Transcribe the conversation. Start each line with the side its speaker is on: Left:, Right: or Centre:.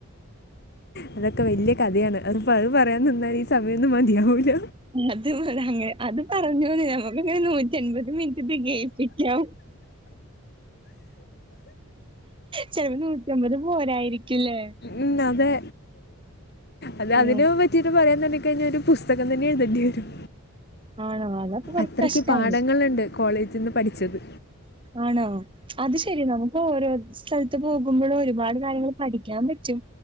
Left: അതൊക്കെ വലിയ കഥയാണ് അത്പ്പോ അത് പറയാൻ നിന്നാല് ഈ സമയൊന്നും മതിയാവൂല
Right: അത് അനെ അത് പറഞ്ഞോന്ന നമ്മക്ക്ങ്ങനെ നൂറ്റി എൻപത് മിനിറ്റ്തെ കയിപ്പിക്കാം ചില നൂറ്റിമ്പത് പോരായിരിക്കുല്ലേ
Left: ഉമ് അതെ അത്
Right: ഉം
Left: അതിനന് പറ്റി യത് പറയാൻ കഴിഞ്ഞ ഒരു പുസ്തകം തന്നെ എഴു തെണ്ടിരും
Right: ആണോ അതപ്പൊ കൊറച്ച്
Left: അത്രക്ക്
Right: കഷ്ടാണ്
Left: പാഠങ്ങളുണ്ട് കോളേജ്ന്ന് പഠിച്ചത്
Right: ആണോ അത് ശെരി നമുക്ക് ഓരോ സ്ഥലത്ത് പോകുമ്പോളും ഒരുപാട് കാര്യങ്ങള് പഠിക്കാൻ പറ്റ്